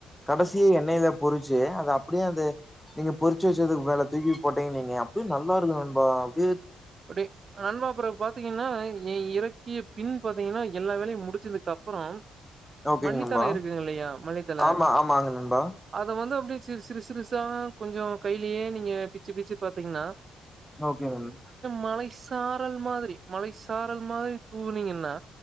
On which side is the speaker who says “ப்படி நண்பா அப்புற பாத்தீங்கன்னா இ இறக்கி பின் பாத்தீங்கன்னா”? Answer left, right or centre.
Right